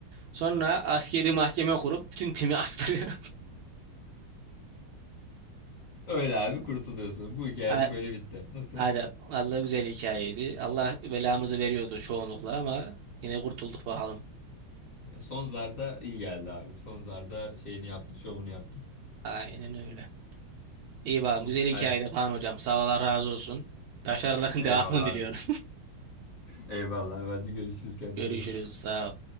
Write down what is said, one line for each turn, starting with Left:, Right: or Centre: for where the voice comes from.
Right: Sonra askeri mahkeme kurup bütün timi astırıyor.
Left: Öyle abi kurtuluyorsun. Bu hikayede
Right: <laughs>
Left: böyle bitti. Nasıl?
Right: Hadi Allah güzel hikayeydi. Allah belamızı veriyordu çoğunlukla ama yine kurtulduk bakalım.
Left: E, Son zarda iyi geldi abi. Son zarda şeyini yaptın, şovunu yaptın.
Right: Aynen öyle. İyi bakalım.
Left: Tamam.
Right: Güzel hikayeydi
Left: Hadi.
Right: Kaan hocam. Sağ ol, Allah razı olsun. Başarıların
Left: Eyvallah
Right: <laughs> devamını diliyorum.
Left: abi. Eyvallah. Hadi görüşürüz.
Right: <laughs>
Left: Kendine
Right: Görüşürüz.
Left: iyi bak.
Right: Sağ ol.